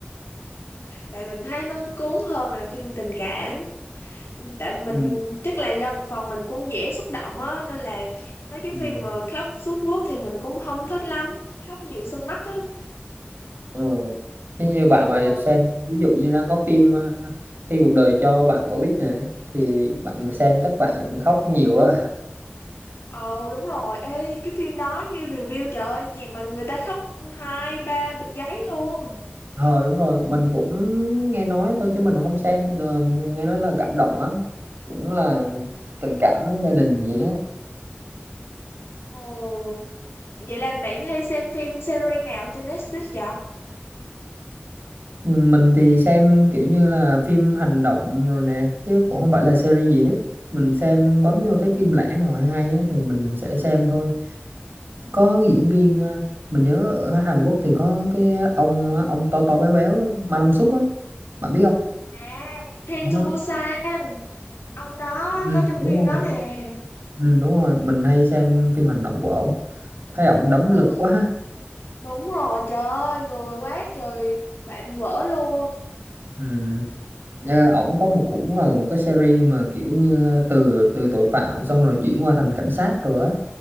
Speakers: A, on the left; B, on the right.
A: tại mình thấy nó cuốn hơn là phim tình cảm tại mình
B: ừ.
A: chắc là do một phần mình cũng dễ xúc động á nên là mấy cái
B: ừ.
A: phim mà khóc sướt mướt thì mình cũng không thích lắm khóc nhiều sưng mắt á
B: Ừ. Thế như
A: ờ
B: bạn mà xem ví dụ như đang có phim ờ, khi cuộc đời cho bạn quả quýt nè thì bạn mà xem chắc bạn khóc nhiều á
A: Ờ đúng rồi, ê cái phim đó nghe review trời ơi, gì mà người ta khóc hai ba bịch giấy luôn.
B: ờ đúng rồi mình cũng nghe nói thôi chứ mình không xem Ờ, nghe nói là cảm động lắm cũng là tình cảm gia đình gì á
A: Ồ, vậy là bạn hay xem phim series nào trên Netflix vậy?
B: mình thì xem kiểu như là phim hành động rồi nè chứ cũng không phải là series gì hết mình xem bấm vô thấy phim lẻ nào hay hay á, thì mình sẽ xem thôi có diễn viên à, mình nhớ ở Hàn Quốc thì có cái ông á, ông to to béo béo Ma Dong Suk á bạn biết không
A: À, Train
B: Đó.
A: to Busan, ông đó
B: Ừ,
A: có trong
B: đúng
A: phim
B: rồi
A: đó nè.
B: ừ, đúng rồi mình hay xem phim hành động của ổng thấy ổng đấm
A: Ồ
B: lực quá
A: đúng rồi, trời ơi, người quá trời bạn vỡ luôn.
B: ừ. Ờ, ổng có một cũng là một cái series mà kiểu như à, từ từ tội phạm xong rồi chuyển qua thành cảnh sát rồi á